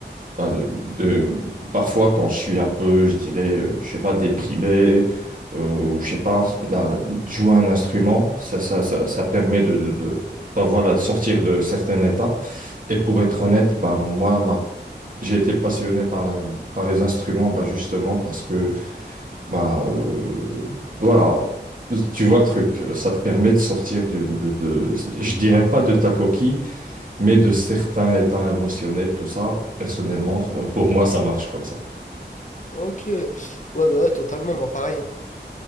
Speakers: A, on the right; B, on the left.
A: Bah, de, de- parfois, quand je suis un peu, je dirais, euh, je sais pas, déprimé, euh, ou je sais pas, bah, jouer un instrument, ça, ça, ça, ça permet de, de, de- bah, voilà, de sortir de certains états. Et pour être honnête, bah, moi, ma- j'ai été passionné par la, par les instruments, bah, justement, parce que, bah, euh, voilà, tu vois le truc, ça te permet de sortir d'une- de, de, je dirais pas de ta coquille, mais de certains états émotionnels, tout ça, personnellement,
B: Mhm.
A: euh, pour moi, ça marche comme ça.
B: Ok, ouais, bah ouais, totalement, moi pareil. hein.